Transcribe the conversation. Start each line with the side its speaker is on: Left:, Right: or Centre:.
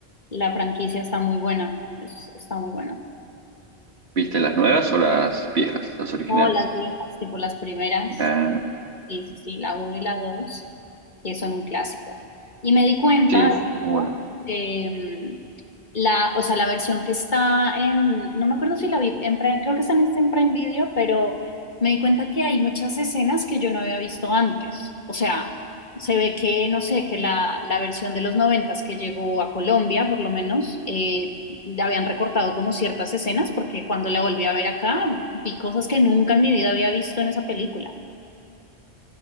Left: la franquicia, está muy buena, es- está muy buena.
Right: ¿Viste las nuevas o las viejas, las originales?
Left: No, las viejas, tipo las primeras,
Right: Ah,
Left: sí, sí, sí, la uno y la dos. que son un clásico. Y me di cuenta
Right: sí, es
Left: de
Right: muy
Left: esto,
Right: buena.
Left: que mm, la, o sea, la versión que está en, no me acuerdo si la vi, en Prime- creo que está en, está en Prime Video, pero me di cuenta que hay muchas escenas que yo no había visto antes. O sea, se ve que, no sé, que la, la versión de los noventas que llegó a Colombia, por lo menos, eh, le habían recortado como ciertas escenas, porque cuando la volví a ver acá, vi cosas que nunca en mi vida había visto en esa película.